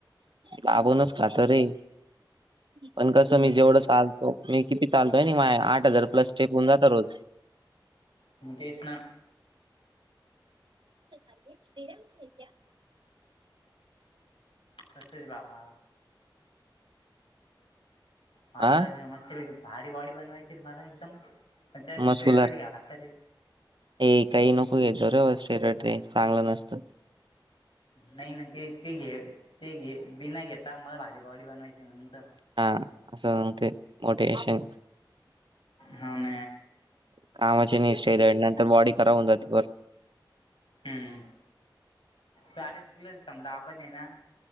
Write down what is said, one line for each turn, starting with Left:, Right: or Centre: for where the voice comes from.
Right: लाबूनच का तर रे पण कसं
Left: हम्म.
Right: मी जेवढं चाल त मी किती चालतोय मा आठ हजार प्लस टेप होऊ जात रोज
Left: म तेच ना
Right: अे शिरमत्या
Left: तसेच बाबा मला
Right: हा
Left: तर मस्त भारी बॉडी बनवायची मला एकदमण त्या स्टेरट
Right: मस्कुलर
Left: घ्या लागत ते
Right: ए काही नको घेतो रे बाेरटे चांगलं नसतं
Left: नाही नाही ते ते घे ते घे बी नाही घेता मला भारी पावडी बनवायची म्हणून तर
Right: हा असं म्हते मोटिशन
Left: हन
Right: कामाची निष आणि नंतर बॉडी खराब होन जाते
Left: हम्म सरेच तुला समजा आपण ये ना